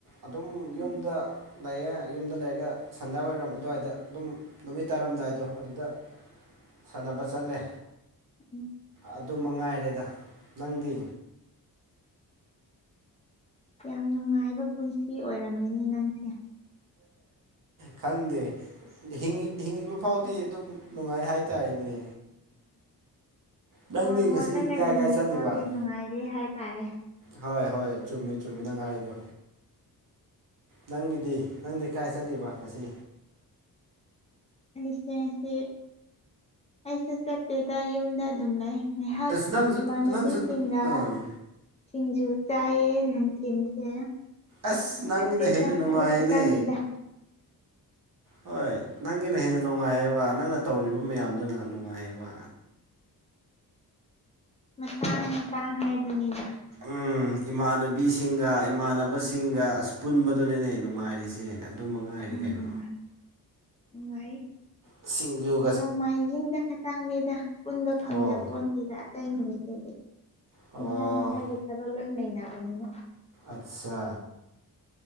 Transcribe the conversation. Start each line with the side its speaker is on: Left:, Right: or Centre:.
Right: ꯑꯗꯨꯝ
Left: ꯎꯝ
Right: ꯌꯨꯝꯗ ꯂꯩꯌꯦꯦ ꯌꯨꯝꯗ ꯂꯩꯔꯒ ꯁꯟꯗꯥꯋꯥꯏꯔꯝ ꯑꯗꯨꯋꯥꯏꯗ ꯑꯗꯨꯝ ꯅꯨꯃꯤꯠ ꯇꯥꯔꯝꯗꯥꯏꯗꯣ ꯑꯗꯨꯗ ꯁꯥꯟꯅꯕ ꯆꯠꯂꯦ
Left: ꯎꯝ
Right: ꯑꯗꯨ ꯃ ꯉꯥꯏꯔꯦꯗ ꯅꯪꯗꯤ
Left: ꯌꯥꯝ ꯅꯨꯡꯉꯥꯏꯕ ꯄꯨꯟꯁꯤ ꯑꯣꯏꯔꯝꯃꯤꯅꯤ ꯅꯪꯁꯦ
Right: ꯈꯪꯗꯦ ꯍꯤꯡꯉꯤꯕ ꯐꯥꯎꯗꯤ ꯑꯗꯨꯝ ꯅꯨꯡꯉꯥꯏ ꯍꯥꯏꯇꯥꯔꯦꯅꯦ ꯅꯪꯗꯤ
Left: ꯇꯣꯔ ꯍꯣꯜꯂꯒ
Right: ꯉꯁꯤ ꯀꯥꯏ
Left: ꯍꯤꯡꯂꯤ
Right: ꯀꯥꯏ ꯆꯠꯂꯤꯕ
Left: ꯈꯥꯎꯗꯤ ꯅꯨꯡꯉꯥꯏꯔꯦ ꯍꯥꯏꯇꯥꯔꯦ
Right: ꯍꯣꯏ ꯍꯣꯏ ꯆꯨꯝꯃꯤ ꯆꯨꯝꯃꯤ ꯅꯪ ꯍꯥꯏꯔꯤꯗꯣ ꯅꯪꯒꯤꯗꯤ ꯅꯪꯗꯤ ꯀꯥꯏ ꯆꯠꯂꯤꯕ ꯉꯁꯤ
Left: ꯑꯩꯁꯤꯡꯦ ꯑꯁꯤ ꯑꯩꯁꯨ ꯆꯠꯇꯦꯗ ꯌꯨꯝꯗ ꯑꯗꯨꯝ ꯂꯩ ꯉꯥꯏꯍꯥꯛ
Right: ꯑꯁ ꯅꯪꯁꯨ
Left: ꯏꯃꯥꯟꯅꯕꯤꯁꯤꯡꯒ
Right: ꯅꯪꯁꯨ ꯑꯥ
Left: ꯁꯤꯡꯖꯨ ꯆꯥꯏꯌꯦ ꯅꯨꯡꯊꯤꯟꯁꯦ
Right: ꯑꯁ ꯅꯪꯅ
Left: ꯆꯠꯇꯦꯗ
Right: ꯍꯦꯟꯅ ꯅꯨꯡꯉꯥꯏꯅꯦ
Left: ꯑꯗꯨ ꯈꯛꯇꯪꯅꯤꯗ
Right: ꯍꯣꯏ ꯅꯪꯒꯤꯅ ꯍꯦꯟꯅ ꯅꯨꯡꯉꯥꯏꯑꯕ ꯅꯪꯅ ꯇꯧꯔꯤꯕ ꯃꯌꯥꯝꯗꯨꯅ ꯅꯨꯡꯉꯥꯏꯌꯦꯕ
Left: ꯃꯇꯥꯡ ꯃꯇꯥꯡ ꯍꯥꯏꯗꯨꯅꯤꯅ
Right: ꯎꯝ ꯏꯃꯥꯟꯅꯕꯤꯁꯤꯡꯒ ꯏꯃꯥꯟꯅꯕꯁꯤꯡꯒ ꯑꯁ ꯄꯨꯟꯕꯗꯨꯅꯅꯦ ꯅꯨꯡꯉꯥꯏꯔꯤꯁꯦ ꯑꯗꯨꯝ ꯃꯉꯥ ꯍꯥꯏꯔꯗꯤ
Left: ꯎꯝ
Right: ꯀꯩꯅꯣ
Left: ꯅꯨꯡꯉꯥꯏ
Right: ꯁꯤꯡꯖꯣ
Left: ꯅꯣꯡꯃꯥꯏꯖꯤꯡꯗ ꯈꯇꯪꯅꯦꯦꯗ ꯄꯨꯟꯕ ꯐꯪꯖ
Right: ꯑꯣ
Left: ꯄꯣꯟꯁꯤꯗ ꯑꯇꯩ ꯅꯨꯃꯤꯠꯇꯗꯤ
Right: ꯑꯣ
Left: ꯃꯁꯥ ꯃꯁꯥꯒꯤ ꯊꯕꯛ ꯂꯣꯏ ꯂꯩꯅꯕꯅꯤꯅ
Right: ꯑꯠꯆꯥ